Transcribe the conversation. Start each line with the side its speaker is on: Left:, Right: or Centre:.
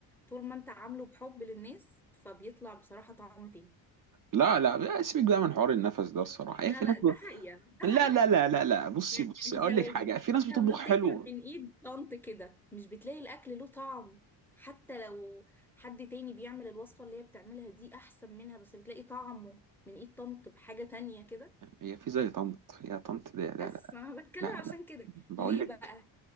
Centre: طول ما انت عامله بحب للناس فبيطلع بصراحة طعم تاني
Right: لا لا سيبك بقى من حوار النفس ده الصراحة هي
Centre: لا
Right: في
Centre: لا
Right: ناس
Centre: ده
Right: ب...
Centre: حقيقة ده حقيقة
Right: لا لا لا لا لا بصي
Centre: يعني
Right: بصي أقول
Centre: ثواني
Right: لك حاجة في ناس
Centre: انت
Right: بتطبخ
Centre: لما بتاكل
Right: حلو
Centre: من ايد طنط كده مش بتلاقي الاكل له طعم حتى لو حد تاني بيعمل الوصفة اللي هي بتعملها دي احسن منها بس بتلاقي طعمه من ايد طنط بحاجة تانية كده
Right: هي في زي طنط يا طنط ده
Centre: بس
Right: لا لا
Centre: انا بتكلم
Right: لا
Centre: عشان
Right: لا
Centre: كده
Right: بقول
Centre: ليه
Right: لك
Centre: بقى